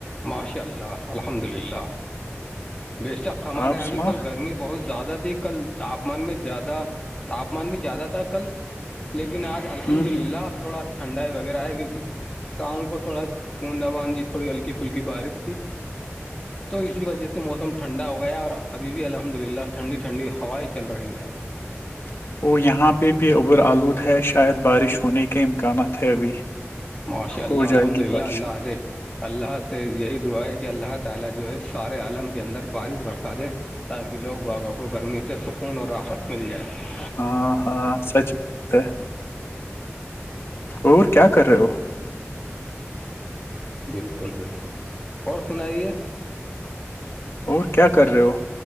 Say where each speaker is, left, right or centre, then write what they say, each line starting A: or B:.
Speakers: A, on the left; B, on the left.
A: ماشاء اللہ الحمد للہ بے شک ہمارے
B: آپ
A: یہاں
B: سنا
A: بھی کل گرمی بہت زیادہ تھی کل تاپمان میں زیادہ تاپمان بھی زیادہ تھا کل لیکن آج الحمد
B: ہ ہ
A: للہ تھوڑا ٹھنڈائی وغیرہ ہے کیکہ کااؤ کو تھوڑا بوندا بانندی تھوڑی ہلکی پھل کی بارش تھی
B: <inaudible>
A: تو اسی وجہ سے موسم ٹھنڈا ہو گیا ہے اور ابھی بھی الحمد للہ ٹھنڈی ٹھنڈی ہوائیں چل رہی ہے
B: <inaudible> وہ یہاں پہ بھی عبر آلود ہے شاید بارش ہونے کے امکانات ہے ابھی
A: مشا اللہ
B: ہو جائے
A: الحمد
B: گی
A: للہ
B: بارش
A: اللہ سے اللہ سے یہی دعا ہے کہ اللہ تعالی جو ہے سارے عالم کے اندر بارش برسا دے تاکہ لوگ باغوں کو گرمی سے سکون اور آخت مل جائے
B: ہاں ہاں سچ بات ہے اور کیا کر رہے ہو
A: بالکل بالکل اور سنائیے
B: اور کیا کر رہے ہو